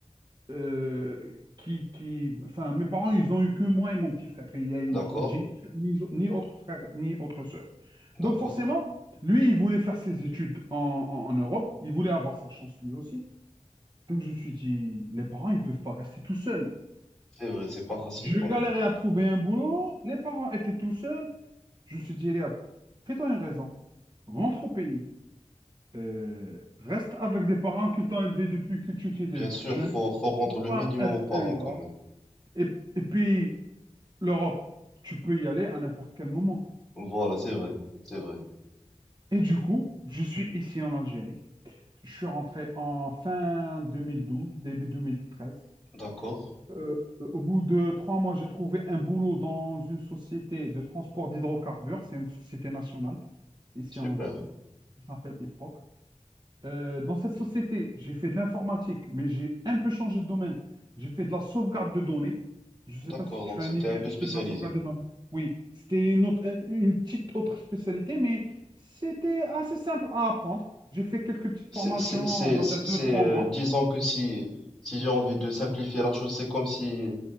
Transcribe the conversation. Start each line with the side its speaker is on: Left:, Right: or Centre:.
Right: euh, qui, qui, enfin, mes parents, ils ont eu que moi et mon petit frère. Il y a-
Centre: d'accord,
Right: J'ai ni, ni ni autre frère, ni autre sœur.
Centre: d'accord.
Right: Donc forcément, lui, il voulait faire ses études en en- en Europe. Il voulait avoir sa chance lui aussi. Donc je me suis dit, les parents, ils peuvent pas rester tout seuls.
Centre: C'est vrai, c'est pas facile
Right: Je
Centre: quand
Right: galérais
Centre: même.
Right: à trouver un boulot, les parents étaient tout seuls. Je me suis dit, Léa, fais-toi une raison. Rentre au pays. Euh, reste avec des parents qui t'ont élevé depuis que tu étais de-
Centre: Bien sûr,
Right: jeune.
Centre: faut, faut rendre le
Right: Pas
Centre: minimum
Right: être
Centre: aux parents
Right: ingrat.
Centre: quand même.
Right: Et, et puis, l'Europe, tu peux y aller à n'importe quel moment.
Centre: Voilà, c'est vrai, c'est vrai.
Right: Et du coup, je suis ici en Algérie. Je suis rentré en fin 2012, début 2013.
Centre: D'accord,
Right: Euh, au bout de trois mois, j'ai trouvé un boulot dans une société de transport d'hydrocarbures. C'est une société nationale ici
Centre: super.
Right: en Algérie. Il s'appelle IPROC. Euh, dans cette société, j'ai fait de l'informatique, mais j'ai un peu changé de domaine. J'ai fait de la sauvegarde de données. Je ne
Centre: D'accord,
Right: sais pas si tu
Centre: donc
Right: as
Centre: c'était
Right: une idée
Centre: un peu
Right: un petit
Centre: spécialisé.
Right: peu de la sauvegarde de données. Oui, c'était une autre- euh, une petite autre spécialité, mais c'était assez simple à apprendre. J'ai fait quelques petites
Centre: C'est,
Right: formations,
Centre: c'est, c'est,
Right: on va
Centre: c'est,
Right: dire
Centre: c'est,
Right: deux, trois
Centre: euh,
Right: mois.
Centre: disons que si, si j'ai envie de simplifier la chose, c'est comme si